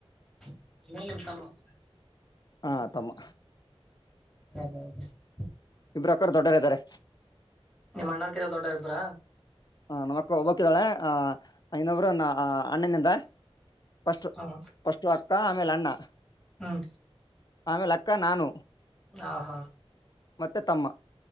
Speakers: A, in the centre; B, on the left.
A: <unintelligible>
B: ಹ್ಮ್ಮ್ ತಮ್ಮ.
A: <unintelligible>
B: ಇಬರು ಅಕ್ಕರ ದೊಡ್ಡರ ಇದ್ದಾರೆ.
A: ನಿಮ್ ಅಣ್ಣಾರ್ ಕಿಂತಾ ದೊಡ್ಡರಾ ಇಬರ.
B: ಹ ನಮ್ಮಕ್ ಹಬಕಿದ್ದಾಳೆ ಆ ಇನ್ನೊಬ್ರು ಅಣ್ಣನಿಂದ ಫಸ್ಟ್
A: ಹ
B: ಫಸ್ಟಟ್ ಅಕ್ಕ ಆಮೇಲೆ ಅಣನ್ನ
A: ಹ್ಮ
B: ಆಮೇಲೆ ಅಕ್ಕ ನಾನು
A: ಹ ಹಾ
B: ಮತ್ತೆ ತಮ್ಮ.